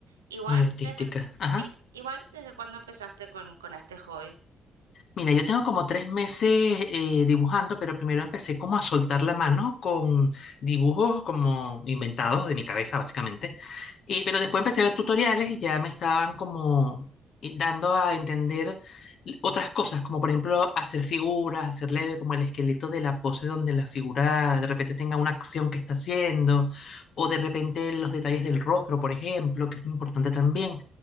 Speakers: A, on the right; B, on the left.
A: Igual,
B: no era artística.
A: desde,
B: Ajá.
A: sí, igual, desde cuando empezaste con, con este hobby.
B: Mira, yo tengo como tres meses eh, dibujando, pero primero empecé como a soltar la mano con dibujos como inventados de mi cabeza, básicamente. Y- pero después empecé a ver tutoriales y ya me estaban como eh, dando a entender l- otras cosas, como por ejemplo hacer figuras, hacerle como el esqueleto de la pose donde la figura de repente tenga una acción que está haciendo, o de repente los detalles del rostro, por ejemplo, que es importante también.